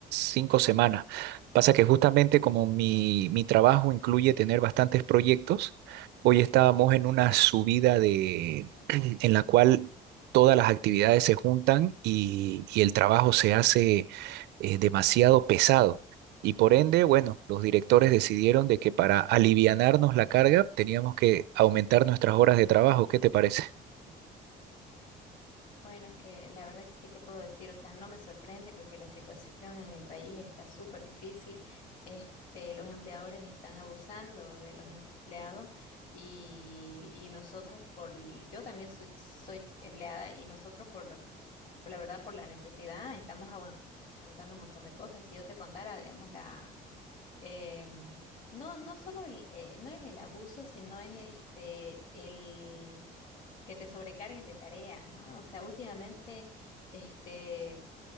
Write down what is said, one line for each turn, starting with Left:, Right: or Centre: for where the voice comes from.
Right: cinco semanas. Pasa que justamente como mi, mi trabajo incluye tener bastantes proyectos, hoy estábamos en una subida de, <clears throat> en la cual todas las actividades se juntan y, y el trabajo se hace eh, demasiado pesado. Y por ende, bueno, los directores decidieron de que para alivianarnos la carga teníamos que aumentar nuestras horas de trabajo. ¿Qué te parece?
Left: Bueno, es que la verdad que, ¿qué te puedo decir? O sea, no me sorprende porque la situación en el país está súper difícil. Este, los empleadores están abusando de los empleados y, y nosotros por, l- yo también soy, soy empleada y nosotros por lo, por la verdad, por la necesidad, estamos aguantando un montón de cosas. Si yo te contara, digamos, la Em, no, no solo el, eh, no es el abuso, sino es este el que te sobrecarguen de tareas, ¿no? O sea, últimamente este